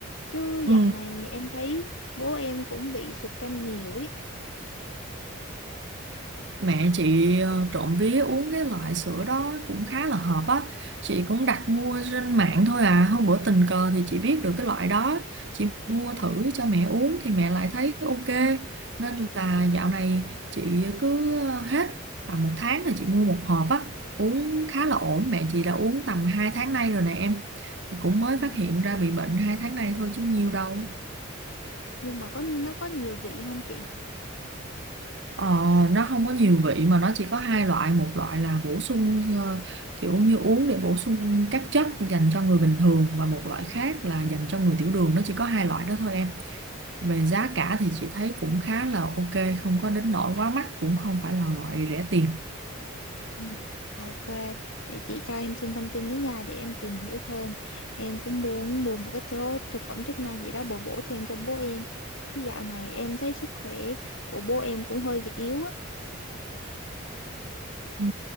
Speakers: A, on the left; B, on the right.
A: chứ
B: ừ
A: dạo này em thấy bố em cũng bị sụt cân nhiều ý
B: Mẹ chị ờ, trộm vía uống cái loại sữa đó cũng khá là hợp á. Chị cũng đặt mua trên mạng thôi à. Hôm bữa tình cờ thì chị biết được cái loại đó. Chị mua thử cho mẹ uống thì mẹ lại thấy ok. Nên là dạo này chị cứ ờ, hết tầm một tháng là chị mua một hộp á. Uống khá là ổn. Mẹ chị đã uống tầm 2 tháng nay rồi nè em. Cũng mới
A: Ừ.
B: phát hiện ra bị bệnh 2 tháng nay thôi chứ nhiều đâu.
A: nhưng mà có nó có nhiều vị không chị
B: Ờ, nó không có nhiều vị mà nó chỉ có hai loại một loại là bổ sung ờ, kiểu như uống để bổ sung các chất dành cho người bình thường và một loại khác là dành cho người tiểu đường nó chỉ có hai loại đó thôi em về giá cả thì chị thấy cũng khá là ok không có đến nỗi quá mắc cũng không phải là loại rẻ tiền
A: Ừ. ok để chị cho em xin thông tin với nhà để em tìm hiểu thêm em cũng muốn mua một cái số thực phẩm chức năng gì đó bổ bổ thêm cho bố em chứ dạo này em thấy sức khỏe của bố em cũng hơi yếu á
B: Ừ.